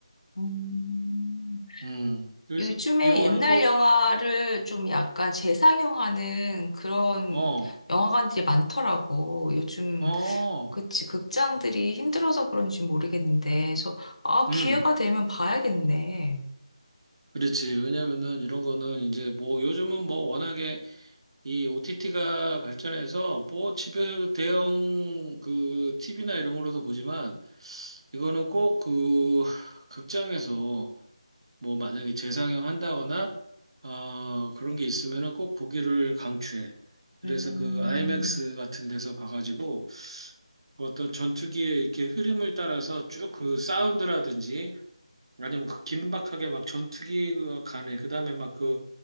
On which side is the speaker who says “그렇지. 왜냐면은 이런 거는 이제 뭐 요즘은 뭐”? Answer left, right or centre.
Right